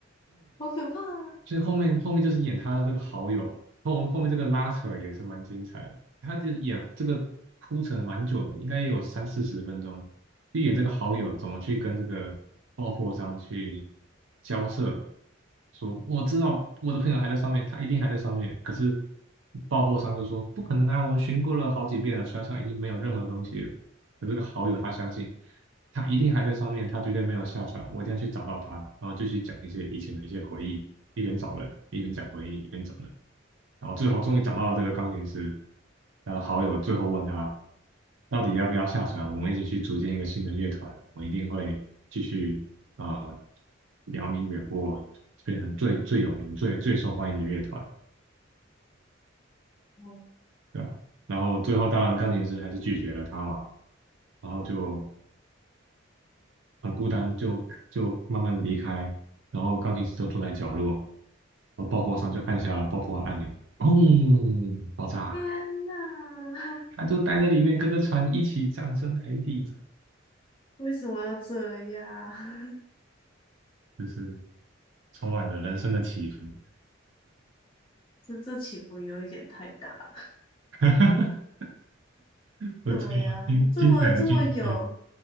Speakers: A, on the left; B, on the right.
A: 好可怕啊！
B: 就是后面后面就是演他的这个好友，后后面这个拉扯也是蛮精彩的。他就演这个铺陈蛮久的，应该也有三四十分钟，就演这个好友怎么去跟这个爆破商去交涉，说我知道我的朋友还在上面，他一定还在上面，可是爆破商就说不可能啊，我们巡过了好几遍了，船上已经没有任何东西了。可这个好友他相信。他一定还在上面，他绝对没有下船。我一定要去找到他，然后继续讲一些以前的一些回忆，一边找人，一边讲回忆，一边找人。然后最后终于找到了这个钢琴师，他的好友最后问他，到底要不要下船？我们一起去组建一个新的乐团，我一定会继续啊、呃，扬名远播，变成最最有名、最最受欢迎的乐团，
A: 哦，
B: 对吧？然后最后当然钢琴师还是拒绝了他嘛，然后就很孤单，就就慢慢离开，然后钢琴师就坐在角落，然后爆破商就按下了爆破按钮，砰，爆炸，
A: 天呐，
B: 他就待在里面，跟着船一起葬身海底，
A: <laughs> 为什么要这样？
B: 就是充满了人生的起伏，
A: <laughs> 这这起伏有一点太大了。
B: <laughs> 不错，
A: 对呀、啊这么这么有，
B: 精精彩的剧情片，